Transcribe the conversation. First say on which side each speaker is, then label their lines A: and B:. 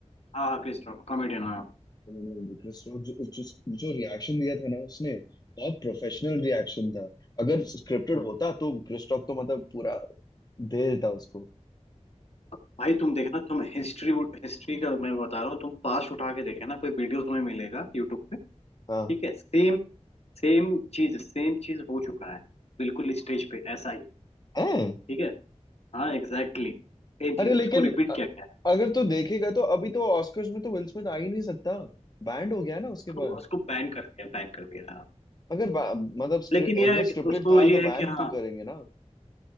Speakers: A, on the left; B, on the left.
A: हाँ क्रिस रॉक कॉमेडियन हाँ
B: हम्म, क्रिस रॉक जो जो जो रिएक्शन दिया था ना उसने बहुत प्रोफेशनल रिएक्शन था अगर स्क्रिप्टेड
A: हम्म।
B: होता तो क्रिस रॉक तो मतलब पूरा दे देता उसको
A: भाई तुम देखना तुम हिस्ट्री हिस्ट्री का मैं बता रहा हूँ तुम पास उठा के देखना कोई वीडियो तुम्हें मिलेगा यूट्यूब पे ठीक
B: हाँ
A: है सेम सेम चीज सेम चीज हो चुका है बिल्कुल स्टेज पे ऐसा ही
B: हैं?
A: ठीक है हाँ एग्जैक्टली सेम
B: अरे
A: चीज
B: लेकिन
A: उसको रिपीट
B: अ-
A: किया गया है
B: अगर तू देखेगा तो अभी तो ऑस्कर्स में तो विल स्मिथ आ ही नहीं सकता बैंड हो गया ना उसके
A: तो
B: बाद
A: उसको बैन कर दिया बैन कर दिया हाँ
B: अगर बा- मतलब स्क्रि-
A: लेकिन यह
B: अगर
A: है कि
B: स्क्रिप्टेड
A: उसको
B: था
A: ये
B: तो
A: है
B: बैन
A: कि
B: क्यों
A: हाँ
B: करेंगे ना